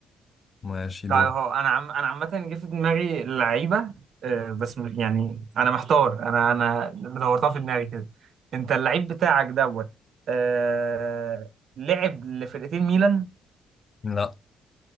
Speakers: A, on the left (about 35°); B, on the right (about 60°).
A: ماشي دول
B: طيب هو انا عم انا عامة جه في دماغي لعيبة آه بس م- يعني انا محتار انا انا دورتها في دماغي كده انت اللعيب بتاعك دوت آه لعب لفرقتين ميلان
A: لا